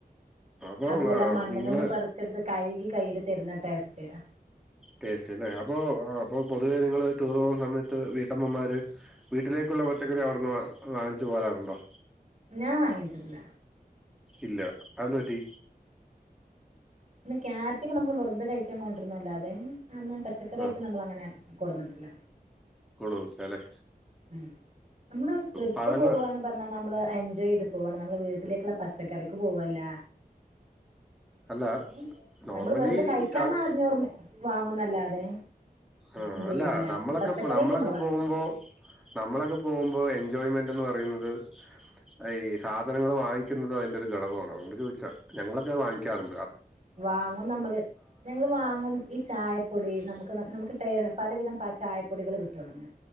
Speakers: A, in the centre; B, on the right.
A: അപ്പൊ
B: അതു അല്ല മണ്ണ്
A: നിങ്ങള്
B: നിന്ന് പറിച്ചെടുത്ത് കഴ്കി കൈയില് തരുന്ന ടേസ്റ്റെയ്താ
A: ടേസ്റ്റ്ല്ലേ അപ്പൊ ആ അപ്പൊ പൊതുവേ നിങ്ങള് ടൂറ് പോകുന്ന സമയത്ത് വീട്ടമ്മമാര് വീട്ടിലേക്കുള്ള പച്ചക്കറി അവിടുന്ന് വാ വാങ്ങിച്ചു പോരാറുണ്ടോ?
B: ഞാൻ വാങ്ങിവെച്ച്ട്ടില്ല
A: ഇല്ല അഹ് ന്തുപറ്റി
B: പിന്നെ ക്യാരറ്റൊക്കെ നമ്മള് വെറുതെ കഴിക്കാൻ കൊണ്ടരുന്നല്ലാതെ ആ ന്നാല് പച്ചക്കറിയായിട്ട്
A: ആ
B: നമ്മളങ്ങനെ കൊടുന്നിട്ടില്ല
A: കൊട്ന്നുച്ചാല്ലേ
B: ഉം നമ്മള് ട്രിപ്പ്
A: പഴങ്ങൾ
B: പോവന്ന് പറഞ്ഞാൽ നമ്മള് എൻജോയ് ചെയ് പോവാണ് നമ്മൾ വീട്ടിലേക്കുള്ള പച്ചക്കറിക്ക് പോവല്ല
A: അല്ല
B: അപ്പം
A: നോർമലി
B: നമ്മള് വെറുതെ കഴിക്കാൻ
A: അത്
B: മാറിഞ്ഞോർഞ്ഞ വാങ്ങുന്നല്ലാതെ
A: ആഹ്
B: എന്ത്
A: അല്ല
B: ചെയ്യല്ല
A: നമ്മളൊക്കെ
B: പച്ചക്കറിയായിട്ട്
A: നമ്മളൊക്കെ
B: നമ്മള് വാങ്ങലില്ല
A: പോവുമ്പോ നമ്മളൊക്കെ പോകുമ്പോ എൻ ജോയ്മെന്റ് എന്ന് പറയുന്നത് ആ ഈ സാധനങ്ങൾ വാങ്ങിക്കുന്നതും അയ്ന്റെ ഒരു ഘടകമാണ് അതോണ്ട് ചോദിച്ചാ ഞങ്ങളൊക്കെ വാങ്ങിക്കാറു
B: വാങ്ങും നമ്മള് ഞങ്ങള് വാങ്ങും ഈ ചായപ്പൊടി നമു <unintelligible> നമുക്ക് ട്ടെ പലവിധം പ ചായപ്പൊടികള് കിട്ടൊവ്ട്ന്ന്